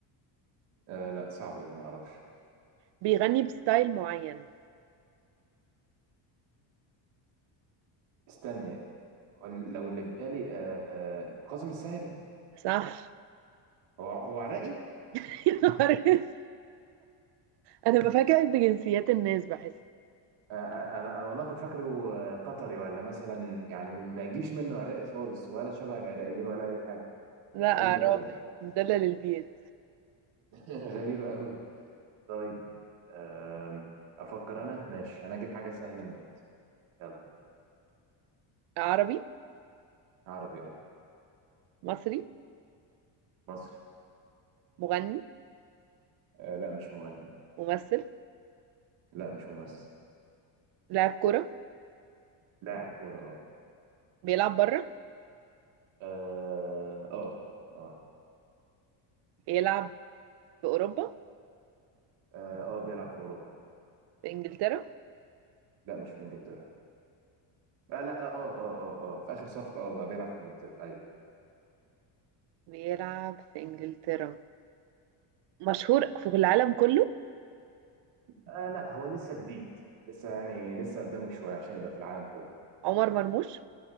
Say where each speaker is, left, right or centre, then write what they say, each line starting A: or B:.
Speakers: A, on the right; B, on the right.
A: آه لا صعبه دي ما اعرفش
B: بيغني بستايل معين
A: استني هو لو اللي في بالي آه قاسم الساهر
B: صح
A: هو هو عراقي
B: <laughs> يا نهار اسود انا بفاجئ بجنسيات الناس بحس
A: آه آه، انا انا والله كنت فاكره آه، قطري ولا مثلا يعني ما يجيش منه عراقي خالص ولا شبه العراقيين ولا اي حاجه
B: لا
A: غريبة
B: عراقي
A: أوي دي
B: مدلل البيت
A: <laughs> غريبة أوي طيب أم، أفكر أنا ماشي أنا أجيب حاجة سهلة موت يلا
B: عربي
A: عربي أه
B: مصري
A: مصري
B: مغني
A: أه لا مش مغني
B: ممثل
A: لا مش ممثل
B: لاعب كرة
A: لاعب كورة
B: بيلعب بره
A: أه أه أه أه
B: بيلعب في أوروبا
A: أه آه، بيلعب في أوروبا
B: في إنجلترا
A: لا مش في إنجلترا أه لا أه أه أه أه في آخر صفقة أه بقى بيلعب في إنجلترا أيوه
B: بيلعب في إنجلترا مشهور في العالم كله
A: أه لا هو لسه جديد لسه يعني لسه قدامه شوية عشان يبقى في العالم كله
B: عمر مرموش